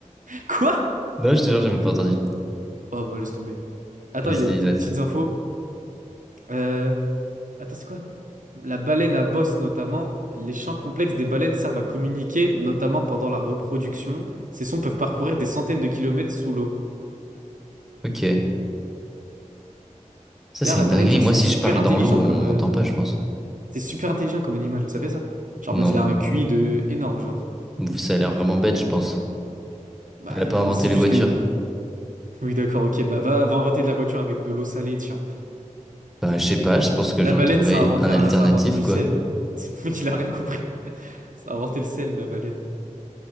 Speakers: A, on the right (about 75°); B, in the centre.
A: Quoi?
B: Non, je te jure, j'ai même pas entendu.
A: Oh bah laisse tomber. Attends,
B: Vas-y,
A: il y a une petite-
B: vas-y.
A: petites infos. Euh... Attends, c'est quoi? La baleine à bosse, notamment. Les champs complexes des baleines servent à communiquer, notamment pendant la reproduction. Ces sons peuvent parcourir des centaines de kilomètres sous l'eau.
B: Ok. Ça,
A: D'ailleurs,
B: c'est
A: la
B: une
A: baleine,
B: dinguerie.
A: genre,
B: Moi,
A: c'est
B: si
A: super
B: je parle
A: intelligent
B: dans l'eau, on
A: comme.
B: m'entend
A: euh,
B: pas, je pense.
A: C'est super intelligent comme animal, tu savais ça? Genre,
B: Non,
A: en mode, il a un QI de énorme, genre.
B: ça a l'air vraiment bête, je pense.
A: Bah,
B: Elle a
A: euh,
B: pas inventé
A: c'est
B: les
A: juste
B: voitures.
A: que... Oui, d'accord, ok, bah va, va inventer de la voiture avec de l'eau salée, tiens.
B: Bah, je sais pas, je pense que
A: La
B: j'aurais
A: baleine,
B: trouvé
A: ça a inventé,
B: un
A: un-
B: alternatif,
A: ça a inventé du
B: quoi.
A: sel. <laughs> Mais il a rien compris. Ça a inventé le sel, la baleine.